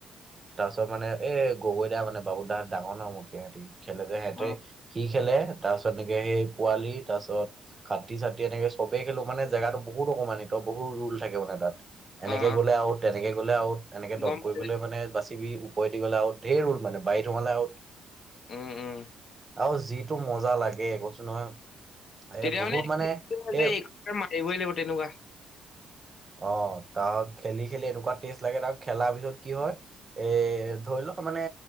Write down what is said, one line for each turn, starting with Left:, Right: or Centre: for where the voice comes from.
Right: তাৰপাছত মানে এ গগৈ দা মানে, বাবু দাহতঁ ডাঙৰ ন মোতকে সিহতি খেলেযে সিহতে,
Left: অ অ
Right: কি খেলে তাৰপিছত এনেকে সেই পোৱালি তাৰপিছত খাটি-চাঠি এনেকে চবে খেলো, মানে জেগাতটো বহুতো মানিক বহুত ৰুল থাকে মানে তাত। এনেকে
Left: অ
Right: গ'লে আউট, তেনেকে গ'লে আউট, এনেকে ডপ
Left: গম
Right: কৰিবলে
Left: পাই
Right: মানে <unintelligible> ওপৰেদি গ'লে আউট। ধেৰ ৰুল মানে, বাৰীত সোমালে আউট।
Left: উম উম
Right: আৰু যিটো মজা লাগে, কৈচো নহয় এ
Left: তেতিয়া
Right: বহুত
Left: মানে <inaudible>
Right: এ
Left: মাৰিবই লাগিব তেনেকুৱা।
Right: অ', তাৰ খেলি, খেলি এনেকুৱা টেষ্ট লাগে তাৰ খেলাৰ পিছত কি হয়? এ, ধৰি লওঁক‌ মানে